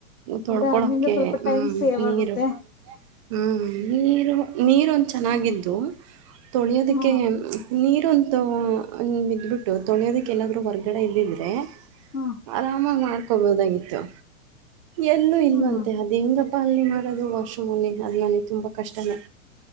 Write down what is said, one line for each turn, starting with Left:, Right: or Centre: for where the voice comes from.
Right: ತೊಳ್ಕೊಳಕ್ಕೆ
Left: ಅಂದ್ರೆ ನಿಮ್ಗೆ ಸ್ವಲ್ಪ
Right: ಹ್ಮ
Left: ಟೈಮ್ ಸೇವ್
Right: ನೀರು.
Left: ಆಗುತ್ತೆ
Right: ಹ್ಮ ನೀರ ನೀರೊಂದ ಚೆನ್ನಾಗಿದ್ದು ತೊಳಿಯೋದಕ್ಕೆ
Left: ಹ್ಮ
Right: ನೀರ ಒಂದ ಬಿದ್ಬಿಟ್ಟು ತೊಳಿಯೋದಕ್ಕೆ ಎಲ್ಲಾದ್ರು ಹೊರ್ಗಡೆ ಇದ್ದಿದೆ. ಎ
Left: ಹ್ಮ್
Right: ಆರಾಮಾಗಿ ಮಾಡ್ಕೋಬೊದಾಗಿತ್ತು. ಎಲ್ಲೂ ಇಲ್ವಂತೆ
Left: ಹ್ಮ್
Right: ಅದ ಹೆಂಗ ಪಾಲನೆ ಮಾಡೋದು ವಾಶ್ರೂಮಲ್ಲಿ ಅದು ನಂಗ ತುಂಬಾ ಕಷ್ಟನೇ